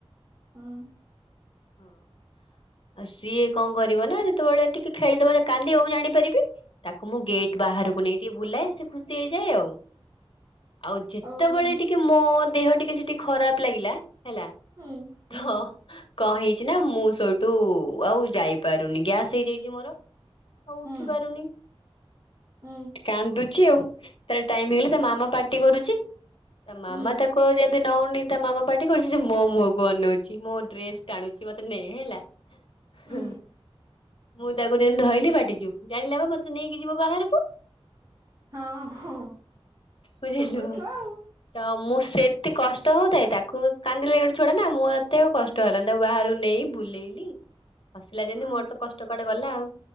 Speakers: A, on the right (about 35°); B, on the left (about 60°).
A: ହୁଁ।
B: ହଁ। ଅ ସିଏ କଣ କରିବ ନା ଯେତେବେଳେ ଟିକେ ଖେଳିଦବ ଯେ କାନ୍ଦିବ ମୁଁ ଜାଣିପାରିବି। ତାକୁ ମୁଁ ଗେଟ୍ ବାହାରକୁ ନେଇ ଟିକେ ବୁଲାଏ ସେ ଖୁସି ହେଇଯାଏ ଆଉ। ଆଉ ଯେତେବେଳେ
A: ଓ ହୁଁ
B: ଟିକେ ମୋ ଦେହ ଟିକେ ସେଠି ଖରାପ ଲାଗିଲା ହେଲା
A: ହୁଁ ହୁଁ
B: ତ କଣ ହେଇଛି ନା ମୁଁ ସୋ ତୁ ଆଉ ଯାଇପାରୁନି ଗ୍ୟାସ୍ ହେଇଯାଇଛି ମୋର ଆଉ ଉଠି
A: ହୁଁ
B: ପାରୁନି
A: ହୁଁ
B: କାନ୍ଦୁଛି ଆଉ ତାର ଟାଇମ୍ ହେଇଗଲେ ତା ମାମା ପାର୍ଟି କରୁଛି ତା ମାମା
A: ହୁଁ
B: ତାକୁ ଆଉ ଯେମ ତି ନଉନି ତା ମାମା ପାର୍ଟି କରୁଛି ସେ ମୋ ମୁହଁକୁ ଅନଉଛି ମୋ ଡ୍ରେସ ଟାଣୁଛି ମତେ ନେ ହେଲା।
A: ହୁଁ
B: ହଁ ମୁଁ ତାକୁ ଯେମିତି ଧଇଲି ପାଟି ଚୁପ୍ ଜାଣିଲା ବା ମତେ ନେଇକି ଯିବ ବାହାରକୁ।
A: ହଁ ହଁ
B: ବୁଝିଲୁ।
A: ଛୋଟ ଛୁଆ ଆଉ।
B: ତ ମୁଁ ସେତି କଷ୍ଟ ହଉଥାଏ ତାକୁ କାନ୍ଦିଲେ ଗୋଟେ ଛୁଆଟା ନା ମୋତେ ଆଉ କଷ୍ ଷ୍ଟ ହେଲାନି ତାକୁ ବାହାରକୁ ନେଇ ବୁଲେଇଲି ହସିଲା ଯେମିତି
A: ହୁଁ
B: ମୋର ତ କଷ୍ଟ କୁଆଡ଼େ ଗଲା ଆଉ।